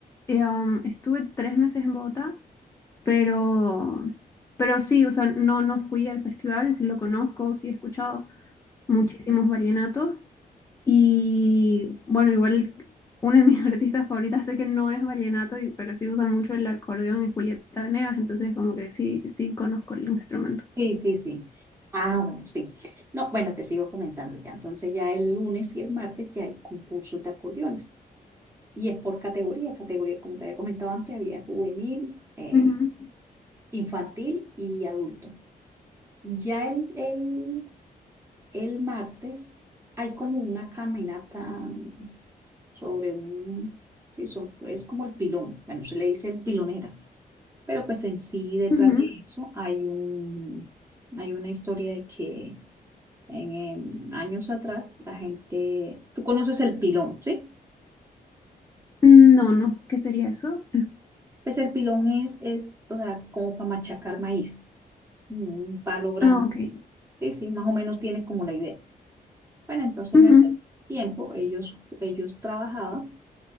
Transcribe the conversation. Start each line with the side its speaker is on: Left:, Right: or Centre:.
Left: eh, um, estuve tres meses en Bogotá, pero pero sí, o sea, no no fui al festival, sí lo conozco, sí he escuchado muchísimos vallenatos y bueno, igual una de mis <laughs> artistas favoritas sé que no es vallenato, y- pero sí usa mucho el acordeón es Julieta Venegas, entonces como que sí sí conozco el instrumento.
Right: Sí, sí, sí. Ah, bueno, sí. No, bueno, te sigo comentando ya. Entonces ya el lunes y el martes ya hay concursos de acordeones. Y es por categoría. Categoría, como te había comentado antes, había juvenil, eh,
Left: Ujú,
Right: infantil y adulto. Ya el, el, el martes hay como una caminata sobre un, sí, son- es como el pilón, bueno, se le dice el pilonera, pero pues en sí detrás
Left: ujú.
Right: de eso hay un, hay una historia de que en, em, años atrás la gente, tú conoces el pilón, ¿sí?
Left: Mm, No, no, ¿qué sería eso? Eh,
Right: Pues el pilón es, es, o sea, como para machacar maíz, es como un palo grande,
Left: Ah, ok.
Right: sí, sí, más o menos tienes como la idea. Bueno, entonces
Left: Ujú,
Right: en aquel tiempo ellos, ellos trabajaban